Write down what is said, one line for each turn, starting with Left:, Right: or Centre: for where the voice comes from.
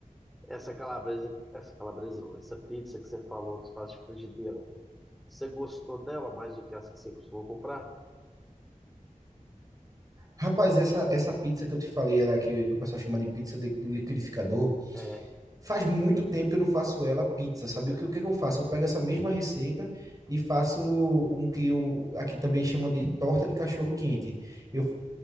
Centre: essa calabresa, essa calabresa não, essa pizza que você falou que faz de frigideira, você gostou dela mais do que as que você costuma comprar?
Right: Rapaz, essa, essa pizza que eu te falei, ela que, que o pessoal chama de pizza de do liquidificador,
Centre: É,
Right: faz muito tempo que eu não faço ela pizza, sabe? O que, o que é que eu faço? Eu pego essa mesma receita e faço um que eu, aqui também chama de torta de cachorro quente. Eu